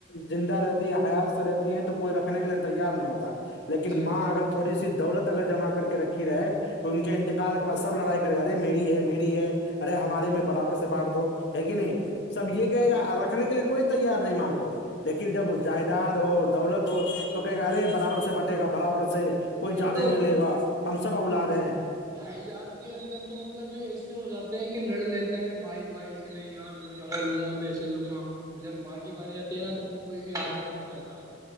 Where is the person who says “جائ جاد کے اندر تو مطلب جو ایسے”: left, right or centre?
Right